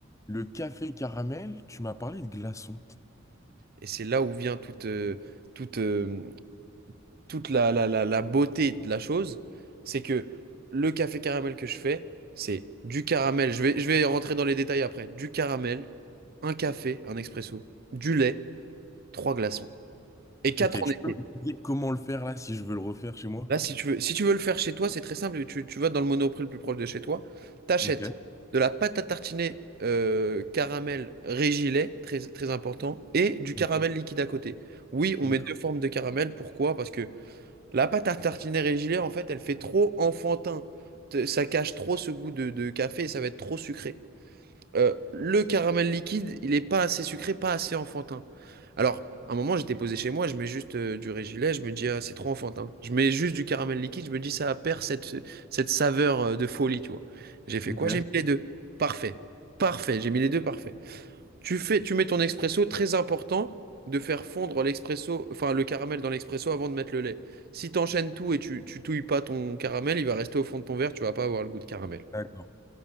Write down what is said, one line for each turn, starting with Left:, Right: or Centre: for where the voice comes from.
Left: le café caramel, tu m'as parlé de glaçons?
Right: Et c'est là où vient toute, euh, toute, euh, toute la, la, la, la beauté de la chose, c'est que le café caramel que je fais, c'est du caramel, je vais, je vais rentrer dans les détails après, du caramel, un café, un expresso, du lait, trois glaçons. Et quatre
Left: Ok, tu
Right: en été.
Left: peux m'expliquer comment le faire là si je veux le refaire chez moi?
Right: Là, si tu veux, si tu veux le faire chez toi, c'est très simple, tu, tu vas dans le Monoprix le plus proche de chez toi, t'achètes
Left: Ok.
Right: de la pâte à tartiner euh, caramel régilet, très, très important, et du caramel
Left: Mm.
Right: liquide à côté. Oui, on
Left: D'accord.
Right: met deux formes de caramel, pourquoi? Parce que La pâte à tartiner régulière, en fait, elle fait trop enfantin. T- Ça cache trop ce goût de, de café et ça va être trop sucré. Euh, le caramel liquide, il est pas assez sucré, pas assez enfantin. Alors, à un moment, j'étais posé chez moi, je mets juste euh, du régilet, je me dis, ah, c'est trop enfantin. Je mets juste du caramel liquide, je me dis, ça perd cette, cette saveur euh, de folie, tu vois. J'ai fait
Left: Ok.
Right: quoi? J'ai Mm. mis les deux. Parfait. Parfait. J'ai mis les deux, parfait. Tu fais, tu mets ton expresso. très important de faire fondre l'expresso, enfin le caramel dans l'expresso avant de mettre le lait. Si t'enchaînes tout et tu, tu touilles pas ton caramel, il va rester au fond de ton verre, tu vas pas avoir le goût de caramel.
Left: D'accord.